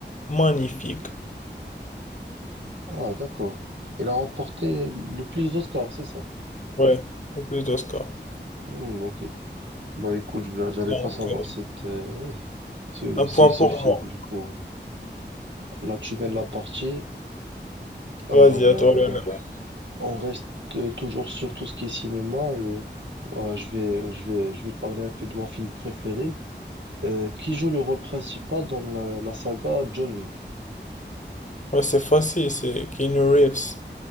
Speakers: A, on the left; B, on the right.
A: magnifique.
B: Ah d'accord. Il a remporté le plus d'Oscars, c'est ça?
A: Ouais, le plus d'Oscars.
B: Hmm, ok. Bah écoute, je- j'allais
A: Donc,
B: pas savoir
A: euh,
B: cette, euh, ce,
A: Un
B: ce,
A: point
B: ce
A: pour
B: film
A: moi.
B: du coup. Là, tu mènes la partie. Alors,
A: Vas-y, à
B: euh,
A: toi, Léonard. Ouais.
B: on reste euh, toujours sur tout ce qui est cinéma et euh, je vais, je vais, je vais te parler un peu de mon film préféré. Euh, qui joue le rôle principal dans la, la saga John Wick?
A: Ouais, c'est facile, c'est Keanu Reeves.